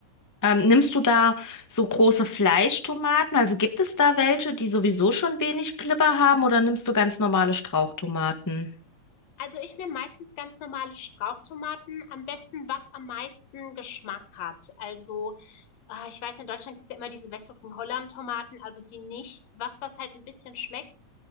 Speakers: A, on the left (about 20°); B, on the left (about 65°).
A: Ähm, nimmst du da so große Fleischtomaten? Also gibt es da welche, die sowieso schon wenig Glibber haben oder nimmst du ganz normale Strauchtomaten?
B: Also ich nehme meistens ganz normale Strauchtomaten, am besten was am meisten Geschmack hat. Also, ah, ich weiß, in Deutschland gibt's ja immer diese wässrigen Holland-Tomaten, also die nicht. Was, was halt ein bisschen schmeckt,